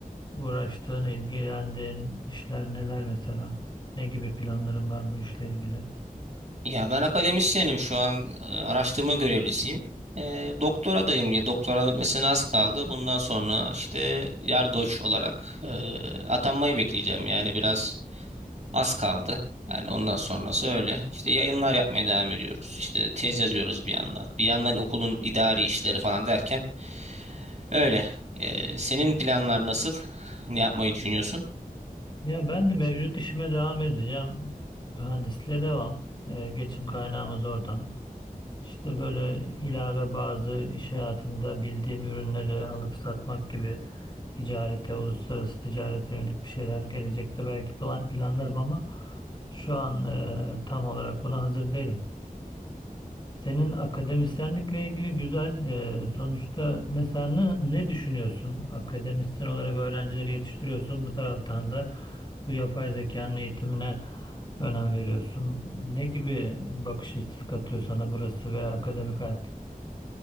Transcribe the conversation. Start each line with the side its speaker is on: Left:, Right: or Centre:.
Left: uğraştığın, ilgilendiğin işler neler mesela? Ne gibi planların var bu işle ilgili?
Right: Ya ben akademisyenim şu an e, araştırma görevlisiyim. E, doktoradayım ya doktoranın bitmesine az kaldı. Bundan sonra işte yardoç olarak e, atanmayı bekleyeceğim yani biraz Az kaldı. Yani ondan sonrası öyle. İşte yayınlar yapmaya devam ediyoruz. İşte tez yazıyoruz bir yandan. Bir yandan okulun idari işleri falan derken öyle. Ee, senin planlar nasıl? Ne yapmayı düşünüyorsun?
Left: Ya ben de mevcut işime devam edeceğim. Mühendisliğe devam. E, geçim kaynağımız oradan. İşte böyle ilave bazı iş hayatında bildiğim ürünleri alıp satmak gibi ticarete, uluslararası ticarete yönelik bir şeyler gelecekte belki plan- planlarım ama şu an e, tam olarak buna hazır değilim. Senin akademisyenlikle ilgili güzel e, sonuçta mesela ne, ne düşünüyorsun? Akademisyen olarak öğrencileri yetiştiriyorsun. Bu taraftan da bu yapay zekanın eğitimine önem veriyorsun. Ne gibi bakış açısı katıyor sana burası ve akademik hayat?